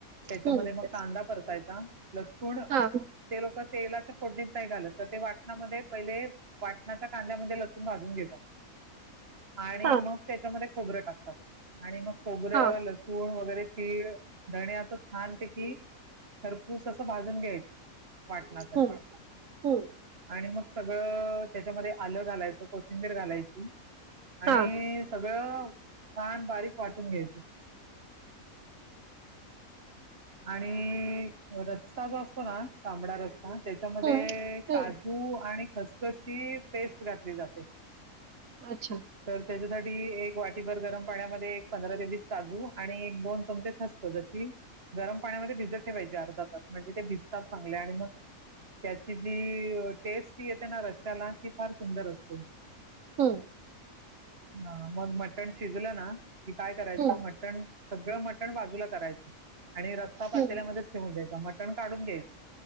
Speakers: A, on the right (about 45°); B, on the right (about 65°).
A: त्याच्यामध्ये
B: हम्म
A: मग कांदा परतायचा लसूण,
B: हा.
A: ते लोक तेलाच्या फोडणीत नाही घालत तर ते वाटणामध्ये पहिले वाटणाच्या कांद्यामध्ये लसूण भाजून घेतात, आणि
B: हा
A: मग- त्याच्यामध्ये खोबरं टाकतात, आणि मग खोबरं
B: हा
A: ल सूण वगैरे तीळ धणे असं छानपैकी खरपूस असं भाजून घ्यायचं. वाटण्यासाठी.
B: हम्म हम्म
A: आणि मग सगळं त्याच्यामध्ये आलं घालायचं, कोथिंबीर घालायची. आणि
B: हा
A: सगळं छान बारीक वाटून घ्यायच. आणि रस्सा जो असतो ना, तांबडा रस्सा त्याच्यामध्ये
B: हं. हं.
A: काजू आणि खसख ही पेस्ट घातली जाते.
B: अच्छा!
A: तर त्याच्यासाठी एक वाटीभर गरम पाण्यामध्ये एक पंधरा ते वीस काजू आणि एक दोन चमचे खस सदशी गरम पाण्यामध्ये भिजत ठेवायेचे अर्धा तास. म्हणजे ते भिजतात चांगले आणि मग त्याची जी टेस्ट तरी येते ना रशियाला ती फार सुंदर असते.
B: हम.
A: ह मग मटण शिजलं ना की काय करायचं,
B: हं.
A: मटण सगळं मटण बाजूला करायचं. आणि रस्सा पातेल्यामध्येच
B: हं.
A: ठेवून द्यायचा मटण काढून घ्यायचं,